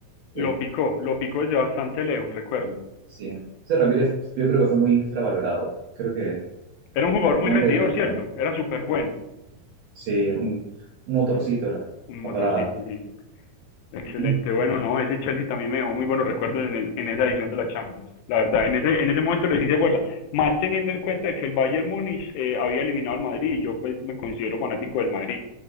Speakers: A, on the left; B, on the right.
A: Lo
B: Sí,
A: picó. Lo picó desde bastante lejos, recuerdo.
B: sí. Ese Ramírez, yo creo que fue muy infravalorado. Creo que
A: Era un jugador
B: su
A: muy
B: nombre
A: rendidor,
B: de Dios es
A: ¿cierto?
B: un arma.
A: Era súper bueno.
B: Sí, era un, un motorcito, era.
A: Un motorcito,
B: No paraba.
A: sí. Excelente.
B: Ujú.
A: Bueno, no, ese Chelsea también me dejó muy buenos recuerdos en, el- en esa edición de la Champions. La verdad, en ese, en ese momento les hice fuerza. Más teniendo en cuenta que el Bayern Múnich eh, había eliminado al Madrid y yo pues me considero fanático del Madrid.